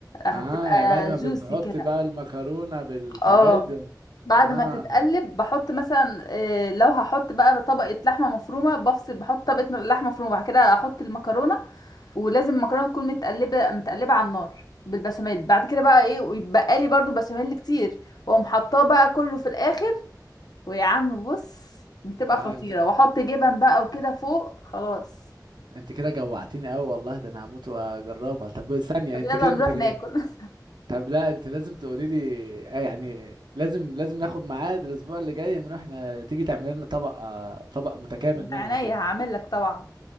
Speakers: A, on the left; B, on the right.
A: هتبقى
B: اه يعني بعد ما
A: جوسي
B: بتحط
A: كده
B: بقى المكرونة بالحاجات
A: اه
B: دي.
A: بعد
B: اه
A: ما تتقلب بحط مثلا آه، لو هحط بقى طبقة لحمة مفرومة بفصل بحط طبقة لحمة مفرومة بعد كده احط المكرونة ولازم المكرونة تكون متقلبة متقلبة على النار بالبشاميل بعد كده بقى ايه ويتبقى لي برضو بشاميل كتير واقوم حطاه بقى كله في الاخر ويا عم بص بتبقى
B: اه
A: خطيرة
B: انت
A: واحط جبن بقى وكده فوق خلاص
B: انت كده جوعتيني قوي والله ده انا هموت واجربها طب ثانية
A: طب
B: انت
A: يلا
B: كده
A: نروح
B: بتغرف
A: ناكل <laughs>
B: طب لا انت لازم تقولي لي آه يعني لازم لازم ناخد ميعاد الاسبوع اللي جاي نروح ن... تيجي تعملي لنا طبق آه طبق متكامل
A: من
B: منها
A: عينيا
B: كده
A: هعمل لك طبعا